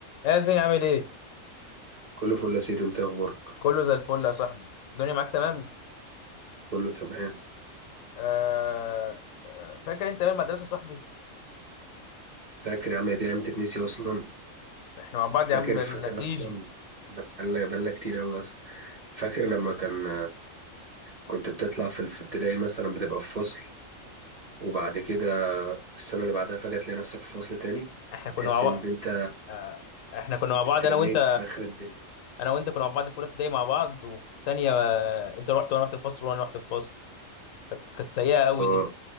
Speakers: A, on the left; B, on the right.
A: ياسين عامل ايه؟
B: كله فل يا سيدي انت اخبارك
A: كله زي الفل يا صاحبي، الدنيا معاك تمام؟
B: كله تمام
A: آه آه، فاكر انت ايام المدرسة يا صاحبي؟
B: فاكر يا عم يا دي ايام تتنسي اصلا
A: احنا مع بعض
B: فاكر
A: يا عم من
B: فاكر
A: كيجي،
B: اصلا بقالنا بقالنا كتير قوي اصلا فاكر لما كان كنت بتطلع في في ابتدائي مثلا بتبقى في فصل وبعد كده السنه اللي بعدها فجاه تلاقي نفسك في فصل تاني
A: احنا كنا
B: تحس
A: مع بعض
B: ان انت
A: آه احنا كنا مع بعض
B: اترميت
A: انا وانت
B: في اخر الدنيا
A: انا وانت كنا مع بعض في اولى ابتدائي مع بعض وفي تانية آه، انت رحت وانا رحت الفصل وانا رحت الفصل، كانت كانت سيئة قوي
B: اه
A: دي،